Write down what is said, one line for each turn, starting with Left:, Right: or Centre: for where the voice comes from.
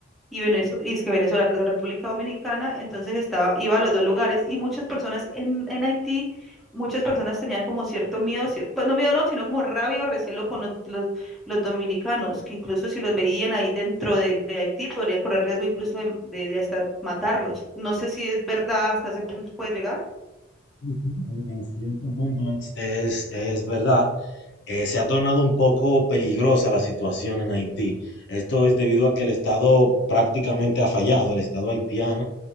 Centre: y Venezuela, y es que Venezuela, perdón, República Dominicana, entonces estaba, iba a los dos lugares y muchas personas en, en Haití, muchas personas tenían como cierto miedo, cier- pues no miedo no, sino como rabia o recelo con los, los, los dominicanos, que incluso si los veían ahí dentro de, de Haití podrían correr riesgo incluso de, de, de hasta matarlos. No sé si es verdad hasta ese punto puede llegar.
Left: Sí, sí, en, en cierto punto es, Es, es verdad eh, se ha tornado un poco peligrosa la situación en Haití. Esto es debido a que el Estado prácticamente ha fallado, el Estado haitiano